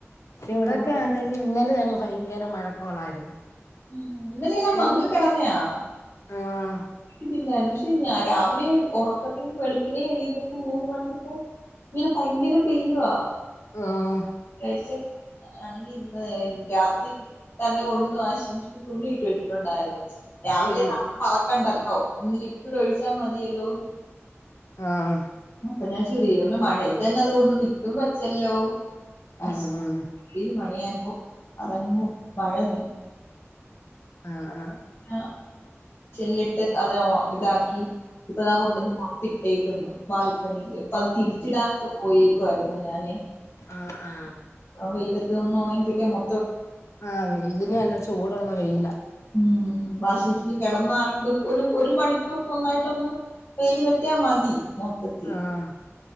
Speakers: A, on the left (about 75°); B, on the left (about 55°).
A: ഇവിടൊക്കെ
B: ഇപ്പൊ കൊ
A: ആന്നെങ്കി ഇന്നലെ ഞങ്ങ ഭയങ്കര മഴക്കോളായിരുന്നു
B: ഉം ഇന്നലെല്ലാം മങ്ങിക്കിടന്നയാണ്
A: ഇന്ന് ആഹ്
B: ല്ലായിരുന്നു പക്ഷെ ഞാ രാവിലെ ഉറക്കത്തിന്ന് വെളുപ്പിനെ എണീറ്റപ്പോ മൂന്നു മണിക്കക്കൊ ഇങ്ങനെ ഭയങ്കര പെയ്യുവാ
A: ആഹ്
B: ച്ച് ആണെങ്കി ഇന്ന് രാത്രി തന്നെ കൊണ്ടുവന്ന് വാശി <unintelligible> തുണിയിട്ട് വച്ചിട്ടുണ്ടായിരുന്നു രാവിലെ
A: ആഹ്
B: നടന്ന് പറക്കണ്ടല്ലോ ലിക്വിഡ് ഒഴിച്ച് ച്ചാ മതിയല്ലോ
A: ആഹ്
B: അപ്പൊ ഞാൻ ചോദീ മഴയത്തന്നത് കൊണ്ടുന്ന് ഇട്ടും വച്ചല്ലോ അശ്
A: ഉം
B: വലിയൊരു പണിയാപ്പോ അതങ്ങ് മഴ നി
A: ആഹ് ആഹ്
B: ആഹ് ചില്ലിട്ട് അതെവോ ഇതാക്കി ഇപ്പതാ കൊണ്ടുവന്ന് പൊറ തിട്ടേക്കുന്നു ബാൽക്കണിയിലേക് പ്പം തിരിച്ചിടാനൊക്കെ പോയി. ക്ക് ആയിരുന്നു ഞാനെ
A: ആ ആ.
B: വെയിലത്ത് ഒന്ന് ഒണങ്ങികിട്ടിയാ മൊ
A: ആഹ് വെയിലിന് നല്ല ചൂട്. ട്ള്ള വെയില.
B: ഉം വാഷിംഗ് മെഷീനി കിടന്നയോണ്ട്. ഒരു ഒരു മണിക്കൂർ നന്നായിട്ടൊന്ന് വെയില് തട്ടിയാൽ മതി. മൊത്തത്തി.
A: ആഹ്